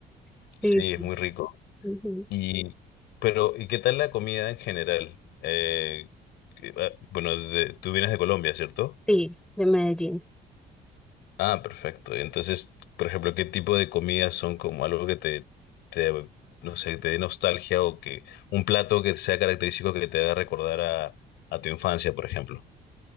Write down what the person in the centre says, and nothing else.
Sí,
sí.
ujú.
Sí, de Medellín.